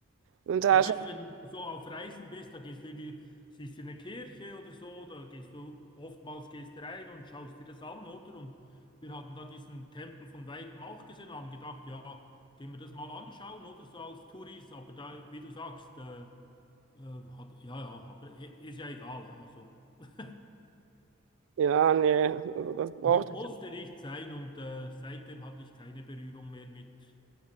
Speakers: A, on the right; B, on the left.
A: sind da
B: Ja, weißt
A: schon.
B: du, wenn du so auf Reisen bist, da gehst du in die, siehst du eine Kirche oder so, da gehst du oftmals gehst du rein und schaust dir das an, oder? Und wir hatten da diesen Tempel von weitem auch gesehen, haben gedacht, ja, gehen wir das mal anschauen, oder so als Touris, aber da, wie du sagst, äh, äh, hat, ja, ja, aber i- ist ja egal, also <laughs>
A: Ja, nee, also das braucht.
B: mu musste nicht sein und äh, seitdem hatte ich keine Berührung mehr mit,